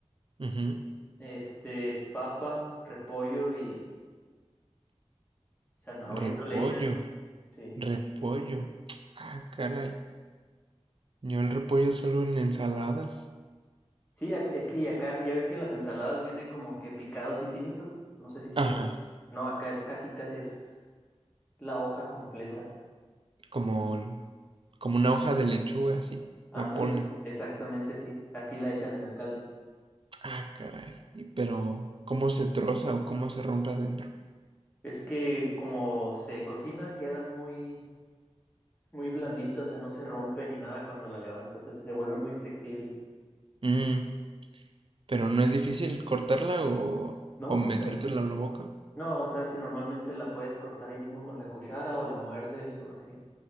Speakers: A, on the right; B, on the left.
A: ujú.
B: este, papa, repollo y zanahoria
A: Repollo,
B: creo le echan. Sí.
A: repollo. Ah, caray. Yo el repollo solo en ensaladas.
B: Sí, ac- es que acá, ya ves que en las ensaladas viene como que picado así finito. No sé si es cierto.
A: Ajá,
B: No, acá es casi, ca- es la hoja completa.
A: como, como una hoja de lechuga, así.
B: Ándale,
A: La ponen.
B: exactamente, sí. Así la echan en el caldo.
A: Ah, caray. y- Pero, ¿cómo se troza o cómo se rompe adentro?
B: Es que como se cocina, queda muy, muy blandita, o sea, no se rompe ni nada cuando la levantas, o sea, se vuelve muy flexible.
A: Mm, pero no es difícil cortarla o,
B: No,
A: o metértela en la boca.
B: no, o sea, que normalmente la puedes cortar ahí mismo con la cuchara o la muerdes o así.